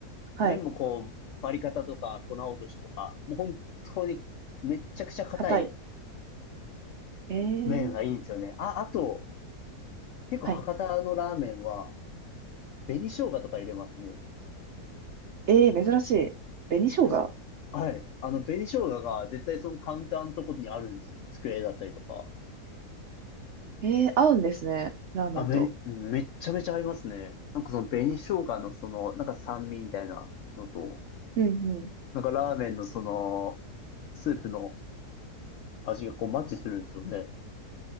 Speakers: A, on the right; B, on the left.
A: はい。
B: 麺もこう、バリカタとか粉落としとか、もう本当にめっちゃくちゃ硬い
A: 硬い。ええ、
B: 麺がいいんですよね。あ、あと、結構博多のラーメンは、
A: はい。
B: 紅生姜とか入れますね。
A: ええ、珍しい。紅生姜。
B: やっはい。あの、紅生姜が絶対そのカウンターのところにあるんですよ。机だったりとか。
A: ええ、合うんですね。ラーメンと。
B: あ、め、めっちゃめちゃ合いますね。なんかその紅生姜のその、なんか酸味みたいなのと、
A: うんうん
B: なんかラーメンのその、スープの味がこうマッチするんですよね。